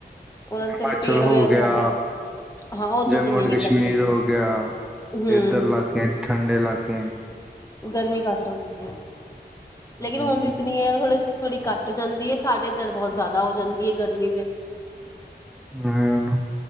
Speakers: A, on the left (about 20°); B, in the centre.
A: ਉਹਨਾਂ
B: ਹਿਮਾਚਲ
A: ਦੇ ਚਲੋ ਪੇੜ
B: ਹੋ
A: ਵੇੜ
B: ਗਿਆ
A: ਦਾ ਹਵਾ ਹਾਂ ਉਧਰ
B: ਜੰਮੂ
A: ਤੇ ਨਹੀਂ
B: ਐਂਡ ਕਸ਼ਮੀਰ
A: ਹੈ ਗਰਮੀ
B: ਹੋ ਗਿਆ
A: ਹਮ
B: ਇਏਧਰ ਇਲਾਕੇਿਆਂ ਠੰਡੇ ਇਲਾਕੇ
A: ਗਰਮੀ ਘੱਟ ਹੁੰਦੀ ਹੁੰਦੀ ਹੈ ਲੇਕਿਨ
B: ਹਮ,
A: ਹੁੰਦੀ ਇਤਨੀ ਹੈ ਹੁਣ ਥੋੜ੍ਹੀ ਘੱਟ ਹੋ ਜਾਂਦੀ ਹੈ ਸਾਡੇ ਇਧਰ ਬਹੁਤ ਜ਼ਿਆਦਾ ਹੋ ਜਾਂਦੀ ਹੈ ਗਰਮੀ ਤੇ
B: ਨਹੀਂ ਉਹ